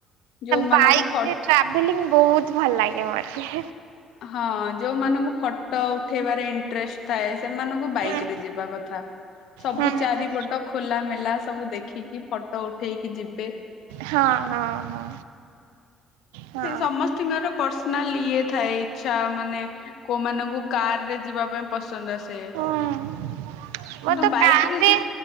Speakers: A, on the left; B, on the right.
A: ଯୋଉମାନଙ୍କୁ
B: ବାଇକରେ
A: ଫଟୋ
B: ଟ୍ରାଭେଲିଂ ବହୁତ ଭଲ ଲାଗେ ମତେ।
A: ହଁ ଯୋଉମାନଙ୍କୁ ଫଟୋ ଉଠେଇବାରେ ଇଣ୍ଟରେଷ୍ଟ ଥାଏ ସେମାନଙ୍କୁ ବାଇକରେ
B: ହୁଁ
A: ଯିବା କଥା ସବୁ
B: ହୁଁ
A: ଚାରିପଟ ଖୋଲା ମେଲା ସବୁ ଦେଖିକି ଫଟୋ ଉଠେଇକି ଯିବେ।
B: ହଁ ହଁ ହଁ। ହଁ
A: ନ ସମସ୍ତଙ୍କିର ପର୍ସନାଲ ଇଏ ଥାଏ ଇଛା ମାନେ କୋଉମାନଙ୍କୁ କାରରେ ଯିବା ପାଇଁ ପସନ୍ଦ ଆସେ ସେ
B: ହଁ ମୋର
A: କିନ୍ତୁ
B: ତ
A: ବାଇକରେ
B: କାରରେ
A: ଜି